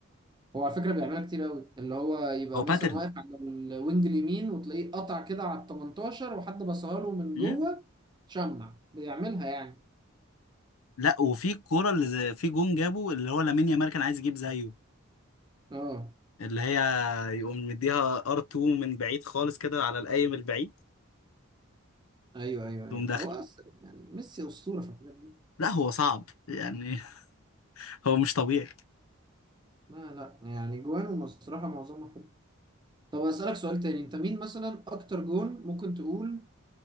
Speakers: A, on the right; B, on the left.
A: هو على فكره بيعملها كتير قوي اللي هو يبقى
B: هو باترن
A: مثلا واقف على الوينج اليمين وتلاقيه قطع كده على ال 18 وحد بصها له من
B: مم.
A: جوه شمع بيعملها يعني
B: لا وفي الكرة اللي زي- في جون جابه اللي هو لامين يامال كان عايز يجيب زيه
A: اه
B: اللي هي يقوم مديها ار2 من بعيد خالص كده على القايم البعيد
A: ايوه ايوه
B: تقوم
A: ايوه
B: داخل
A: هو اصلا يعني ميسي اسطوره في الحاجات دي
B: لا هو صعب يعني <laughs> هو مش طبيعي
A: لا لا يعني جوانه الصراحه معظمها طب أسألك سؤال تاني انت مين مثلا اكتر جون ممكن تقول